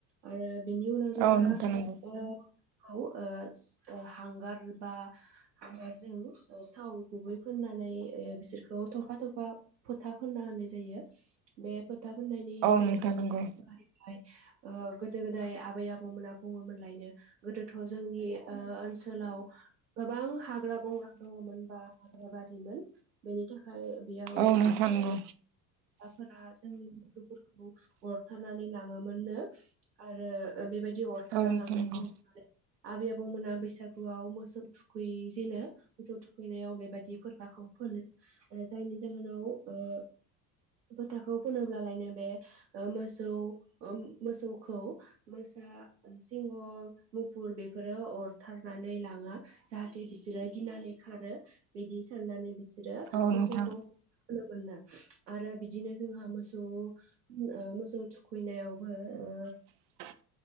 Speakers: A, on the right; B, on the right.
A: ओ बेनि उनाव जोंहा
B: औ नोंथां नंगौ
A: ओ थाव ओ हांगार बा जों ओ थाव गुबै फोननानै ओ बिसोरखौ थफा थफा फोथा फोनना होनो जायो बे फोथा फोननायनि
B: औ
A: नेमखान्थि
B: नोंथां नंगौ
A: <unintelligible> ओ गोदो गोदाय आबै आबौमोना बुङोमोनलायनो गोदोथ' जोंनि ओ ओनसोलाव गोबां हाग्रा बंग्रा दङमोन बा हाग्रा बारिमोन बेनि था खाय बेयाव
B: औ नोंथां
A: ओ
B: नंगौ
A: फोरा जोंनि गथ'फोरखौ अरथारनानै लाङोमोननो आरो बेबायदि दि अरथारना
B: औ नोंथां
A: लांनायखौ
B: नंगौ
A: नुबाय आबै आबौमोना बैसागुआव मोसौ थुखैजेनो मोसौ थुखैनायाव बेबायदि फोथाखौ फोनो जायनि जाहोनाव ओ फोथाखौ फुनोब्लायनो बे ओ मोसौ ओ मोसौखौ मो सा सिंह मुफुर बेफोरो अरथारनानै लाङा। जाहाथे बिसोरो गिनानै खारो बिदि साननानै बि सोरो
B: औ नोंथां
A: मोसौखौ मोनो आरो बिदिनो जोंहा मोसौ ओ मोसौ थुखैनायावबो ओ
B: <inaudible>